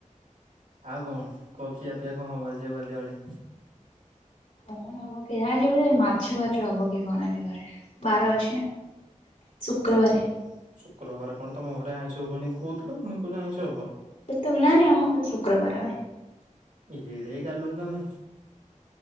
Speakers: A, on the right; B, on the left.
A: ଆଉ କଣ, କଣ ଖିଆ ପିଆ କଣ ହବ ଆଜି ଗାଧୁଆ ବେଳେ?
B: କଣ ହବ କେଜାଣି? ଆଜି ବୋଧେ ମାଛ ଫାଛ ହବ କି କଣ ଆଜି କି ଘରେ। ବାର ଅଛି ନା? ଶୁକ୍ରବାରେ
A: ଶୁ-ଶୁକ୍ରବାର କଣ ତମ ଘରେ ଆଇଁଷ ହୁଏନି କହୁଥିଲ। ପୁଣି କହୁଛ ଆଇଁଷ ହବ।
B: କେତେବେଳେ, ନାଇଁ ନାଇଁ ଆମ ଘରେ ଶୁକ୍ରବାର ହୁଏ।
A: ଏଡେ ଗାଲୁଆ ତମେ।